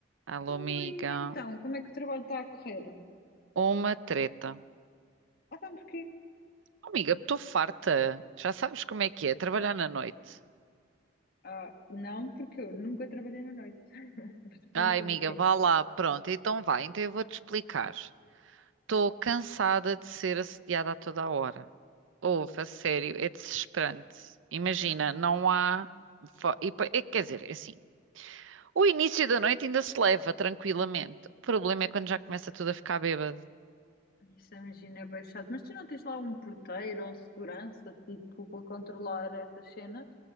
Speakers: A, on the right; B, on the left.
A: Alô,
B: Oi,
A: amiga.
B: então, como é que o trabalho está a correr?
A: Uma treta.
B: Ah, então porquê?
A: Oh, amiga, estou farta. Já sabes como é que é trabalhar na noite.
B: Ah, não, porque eu nunca trabalhei na noite. <laughs> Mas conta-me
A: Ai, amiga,
B: o
A: vá lá. Pronto, então vai. Então eu vou-te explicar. Estou cansada de ser assediada a toda a hora. Ouve, a sério, é desesperante. Imagina,
B: Ah,
A: não há. fo- E, pa- é, quer dizer, é assim. O início da noite ainda se leva tranquilamente. O problema é quando já começa tudo a ficar bêbado.
B: isso imagina é bem chato. Mas tu não tens lá um porteiro ou um segurança, tipo, para controlar essas cenas?